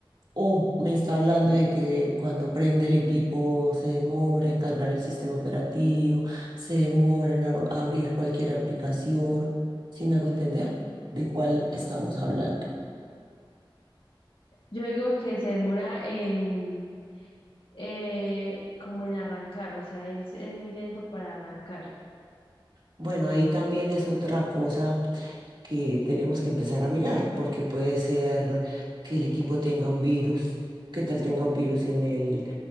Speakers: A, on the right; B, on the left.
A: O me está hablando de que cuando prende el equipo se demora en cargar el sistema operativo, se demora en ab- abrir cualquier aplicación. ¿Sí me hago entender? ¿De cuál estamos hablando?
B: Yo digo que se demora en, eh, como en arrancar, o sea, él se- es muy lento para arrancar.
A: Bueno, ahí también es otra cosa que tenemos que empezar a mirar, porque puede ser que el equipo tenga un virus, que tal tenga un virus en el,